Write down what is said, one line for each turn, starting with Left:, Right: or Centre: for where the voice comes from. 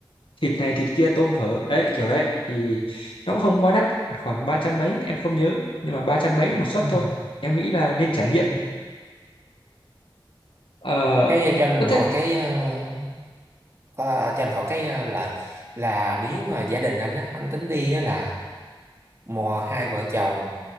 Left: thịt này thịt kia tôm phở đấy kiểu đấy thì nó cũng không quá đắt khoảng ba trăm mấy em không nhớ nhưng mà ba trăm mấy một suất
Right: ừ,
Left: thôi em nghĩ là nên trải nghiệm
Right: ừ.
Left: ờ
Right: cái cho anh
Left: có
Right: hỏi
Left: thế
Right: cái ờ, Ờ, cho anh hỏi cái ờ, lại là nếu mà gia đình anh á, anh tính đi á là mò hai vợ chồng